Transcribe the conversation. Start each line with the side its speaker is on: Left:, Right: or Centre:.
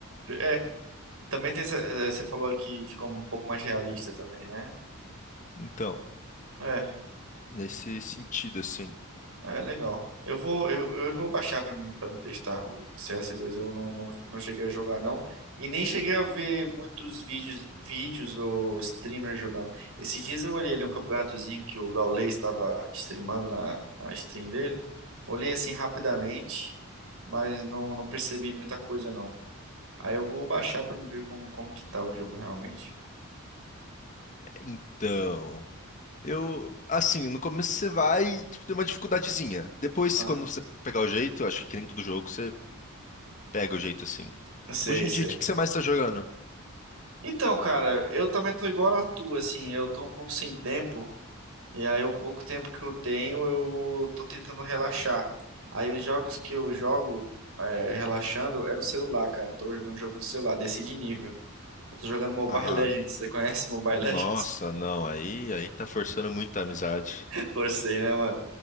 Right: É, também tem, essa- eh, você falou aí que ficou um pouco mais realista também, né?
Left: Então,
Right: É.
Left: nesse sentido, assim.
Right: É, legal. Eu vou, eu, eu vou baixar pra mim, para me testar o, o CS2. Eu não, não, não cheguei a jogar, não. E nem cheguei a ver muitos vídeos, vídeos ou streamers jogando. Esses dias eu olhei ali um campeonatozinho que o Gaules estava streamando na, na stream dele. Olhei assim rapidamente, mas não, não percebi muita coisa, não. Aí eu vou baixar pra me ver como, como que tá o jogo realmente.
Left: Então, eu, assim, no começo você vai, tipo, tem uma dificuldadezinha. Depois,
Right: Ah,
Left: quando você pegar o jeito, eu acho que nem todo jogo você pega o jeito, assim.
Right: sei,
Left: Hoje em
Right: sei.
Left: dia, o que que você mais tá jogando?
Right: Então, cara, eu também tô igual a tua, assim, eu tô um pouco sem tempo E aí, o pouco tempo que eu tenho, eu tô tentando relaxar. Aí, os jogos que eu jogo é, relaxando é no celular, cara. Eu tô jogando jogo no celular, desci de nível. Eu tô jogando Mobile
Left: Ai,
Right: Legends. Você conhece Mobile
Left: nossa,
Right: Legends?
Left: não, aí, aí tá forçando muita amizade.
Right: <laughs> Forcei, né, mano?